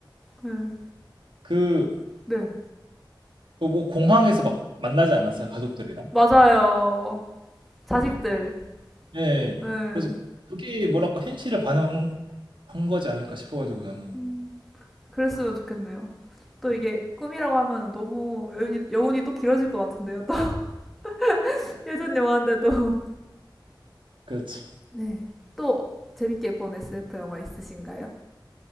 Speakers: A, in the centre; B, on the right.
A: 네.
B: 네.
A: 네.
B: 그뭐 공항에서 막 만나지 않았어요 가족들이랑
A: 맞아요. 자식들.
B: 네. 네.
A: 네.
B: 그래서 그게 뭐랄까 현실을 반영한 거지 않을까 싶어가지고 저는
A: 음, 그랬으면 좋겠네요. 또
B: 음.
A: 이게 꿈이라고 하면 너무 여운이, 여운이 또 길어질 것 같은데요. 또 <laughs> 예전 영화인데도.
B: 그렇죠
A: 네. 또 재밌게 본 SF 영화 있으신가요?